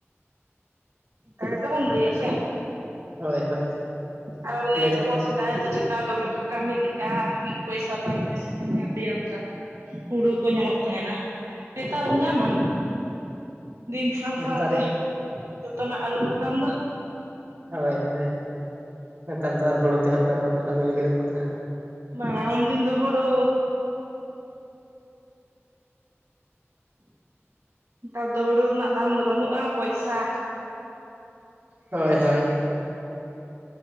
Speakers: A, on the right; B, on the right.
A: ᱛᱟᱭ ᱛᱚ ᱵᱚᱱ ᱞᱟᱹᱭ ᱟᱥᱮ
B: ᱦᱳᱭ, ᱦᱳᱭ᱾
A: ᱟᱨᱚ ᱞᱟᱹᱭ
B: ᱤᱱᱟᱹ
A: ᱫᱟᱠᱚ
B: ᱪᱷᱟᱲᱟ
A: ᱥᱮ ᱥᱮᱫᱟᱭ ᱫᱚ ᱪᱮᱛᱟ ᱫᱚᱢᱮ ᱠᱚ ᱠᱟᱹᱢᱤ ᱞᱮᱜᱼᱟ, ᱢᱤᱫ ᱯᱚᱭᱥᱟ ᱵᱟᱨ ᱯᱚᱭᱥᱟ ᱠᱷᱟᱱᱜᱮ ᱟᱹᱰᱤ ᱟᱢᱫᱟ᱾ ᱦᱩᱲᱩ ᱠᱚ ᱧᱟᱢᱚᱜ ᱛᱟᱦᱮᱱᱟ, ᱱᱮᱛᱟᱨ ᱮᱢ ᱧᱟᱢᱟ? ᱫᱤᱱ ᱥᱟᱶ
B: ᱱᱮᱛᱟᱨ
A: ᱥᱟᱶᱛᱮ ᱡᱚᱛᱚᱱᱟᱜ ᱟᱹᱨᱩ ᱟᱠᱟᱱ ᱫᱚ᱾
B: ᱦᱳᱭ ᱦᱳᱭ, ᱱᱮᱛᱟᱨ ᱫᱚ ᱟᱨ ᱦᱩᱲᱩ ᱛᱮᱦᱚᱸ ᱚᱠᱚᱭ ᱦᱚᱸ ᱵᱟᱠᱚ ᱠᱟᱹᱢᱤ ᱞᱟᱹᱜᱤᱫᱚᱜ ᱠᱟᱱᱟ᱾
A: ᱵᱟᱝ ᱟ, ᱩᱱᱫᱤᱱ ᱫᱚ ᱦᱩᱲᱩ ᱱᱮᱛᱟᱨ ᱫᱚ ᱦᱩᱲᱩ ᱨᱮᱱᱟᱜ ᱫᱟᱢ ᱫᱚ ᱵᱟᱹᱱᱩᱜᱼᱟ, ᱯᱚᱭᱥᱟ
B: ᱦᱳᱭ, ᱦᱳᱭ᱾